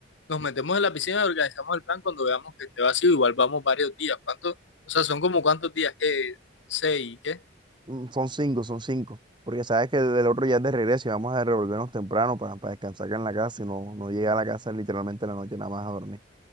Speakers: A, on the left; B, on the right.
A: Nos metemos en la piscina y organizamos el plan cuando veamos que esté vacío. Igual vamos varios días. ¿Cuánto? O sea, son como cuántos días, ¿qué? ¿Seis? ¿Qué?
B: Mm, Son cinco, son cinco. Porque sabes que el otro ya es de regreso y vamos a revolvernos temprano para, para descansar acá en la casa y no, no llegar a la casa literalmente en la noche nada más a dormir.